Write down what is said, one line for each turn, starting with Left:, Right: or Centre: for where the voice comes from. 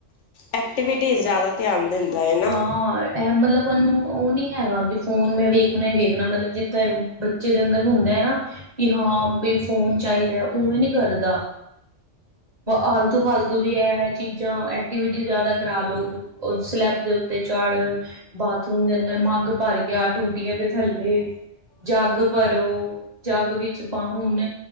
Left: ਐਕਟੀਵਿਟੀਜ਼ ਜਾਦਾ ਧਿਆਨ ਦਿੰਦਾ ਏ।
Right: ਹਾਂ ਇਹ ਮਤਲਬ ਉਹਨੂੰ ਉਹ ਨੀ ਹੈਗਾ ਕਿ ਫ਼ੋਨ ਮੈਂ ਵੇਖਣਾ ਹੀ ਵੇਖਣਾ ਮਤਲਬ ਜਿੱਦਾਂ ਬੱਚੇ ਦੇ ਅੰਦਰ ਹੁੰਦਾ ਹੈ ਨਾ ਕਿ ਹਾਂ ਬਈ ਫੋਨ ਚਾਹੀਦਾ ਉਵੇ ਨੀ ਕਰਦਾ। ਆਲਤੂ ਫਾਲਤੂ ਦੀ ਇਹ ਚੀਜ਼ਾਂ ਐਕਟੀਵਿਟੀ ਜ਼ਿਆਦਾ ਕਰਾ ਲੋ ਸਲੈ ਦੇ ਉੱਤੇ ਚਾੜ ਬਾਥਰੂਮ ਦੇ ਅੰਦਰ ਮੱਗ ਭਰ ਗਿਆ ਟੂਟੀਆਂ ਦੇ ਥੱਲੇ ਜੱਗ ਭਰੋ ਜੱਗ ਵਿੱਚ ਪਾ ਹੁਣ